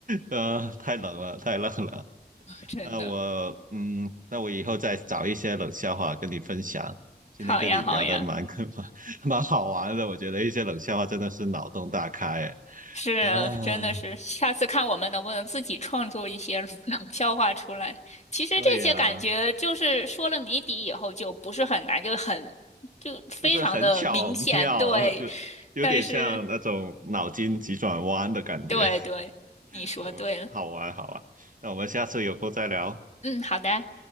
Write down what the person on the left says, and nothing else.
真的，
好呀，好呀，
是，
真的是，
下次看我们能不能自己创作一些 <laughs> 冷笑话出来。其实这些感觉就是说了谜底以后就不是很难，
就很，就非常的明显，
对。
但是，对对，
你说对了。
嗯，好的，